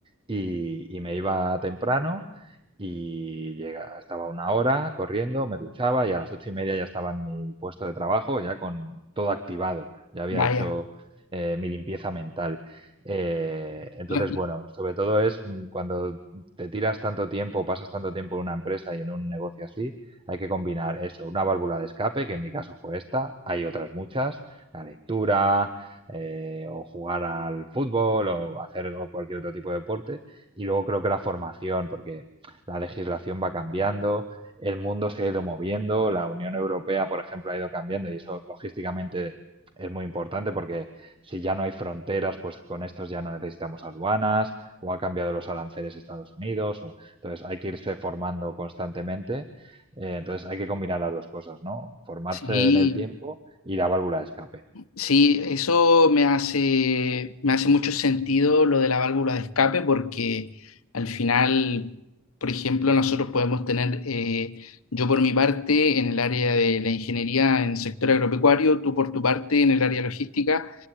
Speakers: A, on the right; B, on the left.
A: Y, y me iba temprano y llega, estaba una hora corriendo, me duchaba y a las ocho y media ya estaba en mi puesto de trabajo, ya con todo activado, ya había
B: vaya,
A: hecho eh, mi limpieza mental. Eh, entonces,
B: la-
A: bueno, sobre todo es mm, cuando te tiras tanto tiempo, pasas tanto tiempo en una empresa y en un negocio así, hay que combinar eso, una válvula de escape, que en mi caso fue esta, hay otras muchas, la lectura, eh, o jugar al fútbol, o hacer cualquier otro tipo de deporte, y luego creo que la formación, porque la legislación va cambiando, el mundo se ha ido moviendo, la Unión Europea, por ejemplo, ha ido cambiando y eso logísticamente es muy importante porque si ya no hay fronteras, pues con estos ya no necesitamos aduanas, o ha cambiado los aranceles de Estados Unidos, o, entonces hay que irse formando constantemente, eh, entonces hay que combinar las dos cosas, ¿no? Formarse
B: sí,
A: en el tiempo y la válvula de escape.
B: Sí, eso me hace, me hace mucho sentido lo de la válvula de escape porque al final, por ejemplo, nosotros podemos tener, eh, yo por mi parte en el área de la ingeniería en el sector agropecuario, tú por tu parte en el área logística,